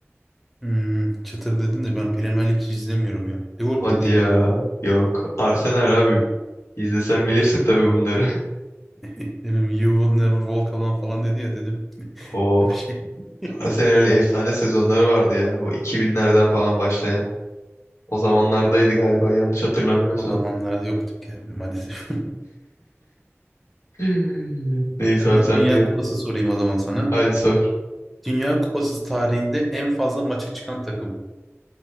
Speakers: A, in the centre; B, on the left (about 85°).
A: Hmm, çıtır dedin de ben Premier Lig hiç izlemiyorum ya. Liverpool
B: Hadi
A: diyeyim.
B: ya. Yok. Arsenal abi. İzlesen bilirsin tabii bunları. <laughs>
A: <laughs> Ne bileyim You Will Never Walk Alone falan dedi ya dedim. <laughs>
B: O
A: Bir şey. <laughs>
B: Arsenal'in efsane sezonları vardı ya. O 2000'lerden falan başlayan. O zamanlardaydı galiba yanlış hatırlamıyorsam.
A: O zamanlar yoktuk ya maalesef. <laughs>
B: <laughs> Neyse
A: Ben
B: abi
A: de
B: sen
A: Dünya
B: de
A: Kupası sorayım o zaman sana.
B: Hadi sor.
A: Dünya Kupası tarihinde en fazla maça çıkan takım.